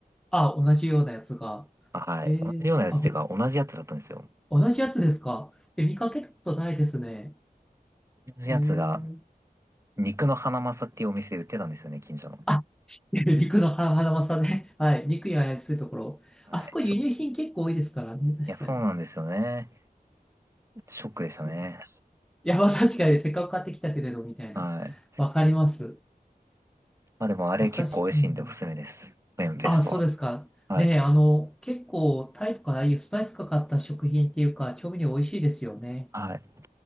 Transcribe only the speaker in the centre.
あ、同じようなやつが。
ええあ、
同じやつですかえ、見かけたことないですね。
えー、
あ、<laughs> 肉のハハマサね。はい。肉や安いところ。
あそこ輸入品結構多いですからね。
確かに。
そう。いや、まあ確かにせっかく買ってきたけれど、みたいな。
わかります。
私、うん。
あ、そうですか。
ねえ、あの、結構、タイとかああいうスパイスかかった食品っていうか、調味料美味しいですよね。